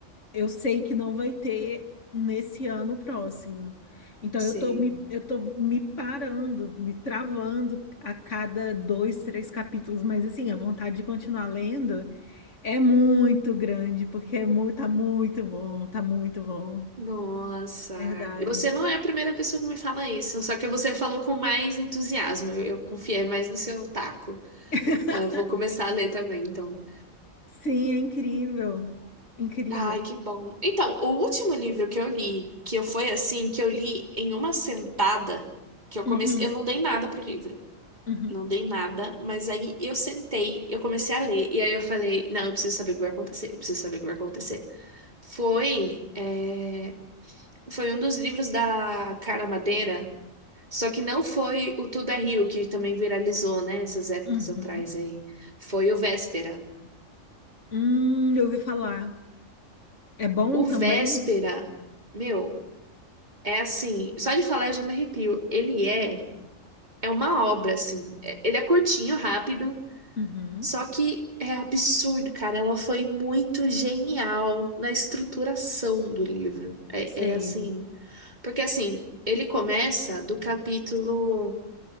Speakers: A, on the left; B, on the right.
A: eu sei que não vai ter nesse ano próximo. Então
B: sei.
A: eu tô me, eu tô me parando, me travando a cada dois, três capítulos, mas assim, a vontade de continuar lendo é muito grande, porque é muito, tá muito bom, tá muito bom.
B: Nossa.
A: Verdade.
B: Você não é a primeira pessoa que me fala isso, só que você falou com mais entusiasmo. Eu, eu confiei mais no seu taco.
A: <laughs>
B: Não, eu vou começar a ler também, então.
A: Sim, é incrível. Incrível.
B: Ai, que bom. Então, o último livro que eu li, que eu foi assim, que eu li em uma sentada, que eu comecei,
A: Uhum,
B: eu não dei nada pro livro.
A: uhum,
B: Não dei nada, mas aí eu sentei, eu comecei a ler, e aí eu falei, não, eu preciso saber o que vai acontecer, eu preciso saber o que vai acontecer. Foi, é, foi um dos livros da Carla Madeira, só que não foi o Tudo é Rio, que também viralizou, né, essas épocas
A: uhum.
B: atrás aí. Foi o Véspera.
A: Hum, eu ouvi falar. É bom
B: O
A: também?
B: Véspera, meu. É assim, só de falar eu já me arrepio. Ele é, é uma obra, assim. É- Ele é curtinho, rápido,
A: Uhum.
B: só que é absurdo, cara. Ela foi muito genial na estruturação do livro. É,
A: Sei.
B: é assim, porque assim, ele começa do capítulo,